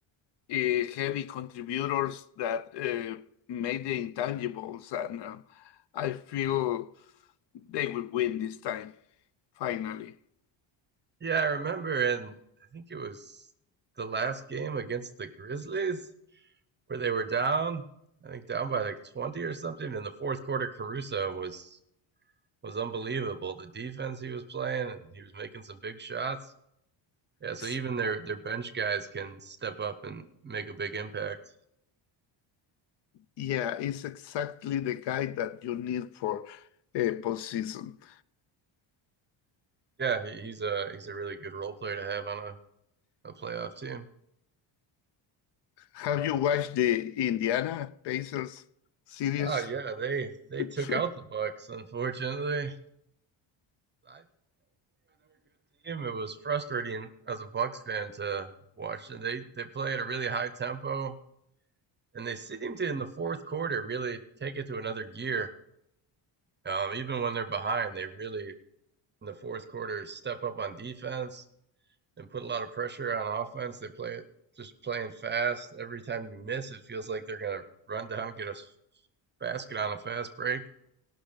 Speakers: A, on the left (about 60°); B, on the right (about 20°).
A: uh, heavy contributors that uh, made the intangibles, and uh, I feel they will win this time, finally.
B: yeah i remember and i think it was the last game against the grizzlies where they were down i think down by like 20 or something in the fourth quarter caruso was was unbelievable. The defense he was playing, and he was making some big shots. Yeah, so
A: It's-
B: even their their bench guys can step up and make a big impact.
A: yeah, it's exactly the guy that you need for a postseason.
B: Yeah, he, he's a he's a really good role player to have on a, a playoff team.
A: Have you watched the Indiana Pacers series?
B: Oh yeah, they they
A: <laughs>
B: took out the Bucks. Unfortunately, I they're a good team. It was frustrating as a Bucks fan to watch. And they they play at a really high tempo, and they seem to in the fourth quarter really take it to another gear. Um, even when they're behind, they really in the fourth quarter step up on defense and put a lot of pressure on offense. They play just playing fast. Every time you miss, it feels like they're going to run down and get a basket on a fast break.